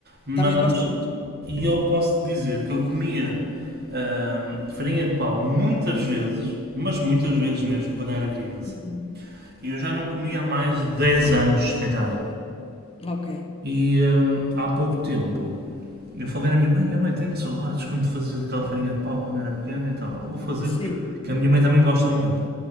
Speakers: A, on the right; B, on the left.
A: Mas,
B: Também gosto muito.
A: e eu posso te dizer que eu comia ahm, farinha de pau muitas vezes, mas muitas vezes mesmo, quando era criança.
B: Uhum.
A: E eu já não comia há mais de 10 anos, se calhar.
B: Ok.
A: E ahm, há pouco tempo, eu falei à minha mãe, a mãe, tenho saudades quando fazias aquela farinha de pau quando era pequena e tal. Eu vou fazer,
B: Sim,
A: que a minha mãe também gosta muito.